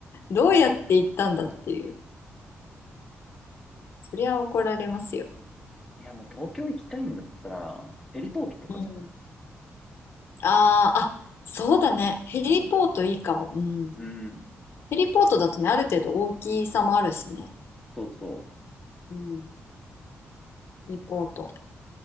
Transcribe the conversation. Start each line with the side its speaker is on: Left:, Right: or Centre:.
Left: どうやって行ったんだっていう。そりゃ怒られますよ。
Centre: いや、もう東京行きたいんだったら、ヘリポートとかじゃない
Left: うん。あー、あ、そうだね。ヘリポートいいかも。
Centre: うん、
Left: うん。
Centre: うん、
Left: ヘリポートだとね、ある程度大きさもあるしね。
Centre: そうそう。
Left: うん。ヘリポート